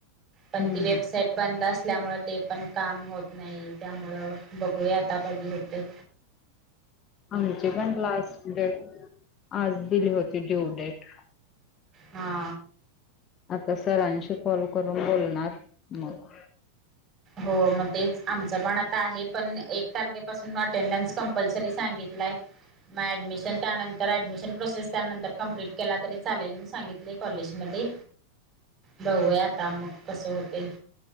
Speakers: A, on the right; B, on the left.
A: पण
B: हम्म
A: ती वेबसाईट
B: हम्म
A: बंद असल्यामुळे ते पण काम होत नाही त्यामुळं बघूया आता कधी होतेय.
B: आमची पण लास्ट डेट आज दिली होती ड्यू डेट.
A: हा.
B: आता सरांशी कॉल करून बोलणार मग.
A: हो मग तेच आमचं पण आता आहे पण एक तारखेपासून अटेंडनस कंपल्सरी सांगितलाय. मग डमिशन त्यानंतर ऍडमिशन प्रोसेस त्यानंतर कमप्लीट केला तरी चालेल मी सांगित लय कॉलेजमध्ये बघूया आता मग कसं होते